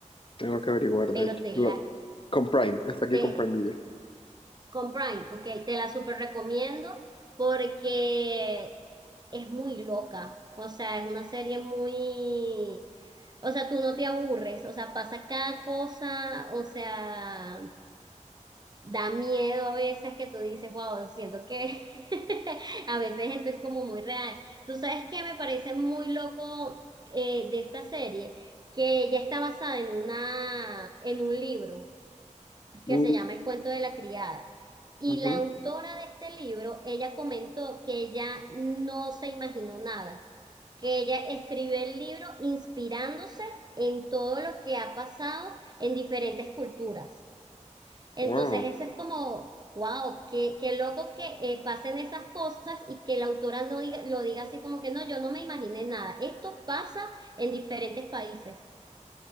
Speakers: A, on the left (about 40°); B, on the right (about 35°).
A: tengo que averiguar, de
B: Pero
A: hecho.
B: te
A: Lo-
B: la,
A: con Prime, está aquí
B: te,
A: con Prime Video.
B: con Prime, ok, te la super recomiendo porque es muy loca. O sea, es una serie muy, o sea, tú no te aburres. O sea, pasa cada cosa. O sea, da miedo a veces que tú dices, wow, siento que <laughs> a veces esto es como muy real. Tú sabes que me parece muy loco eh, de esta serie, que ya está basada en una, en un libro que
A: Mm,
B: se llama El cuento de la criada. Y
A: ujú.
B: la autora de este libro, ella comentó que ella no se imaginó nada, que ella escribió el libro inspirándose en todo lo que ha pasado en diferentes culturas. Entonces,
A: Wow,
B: eso es como, wow, qué, qué loco que eh, pasen esas cosas y que la autora no diga, lo diga así como que no, yo no me imaginé nada. Esto pasa en diferentes países.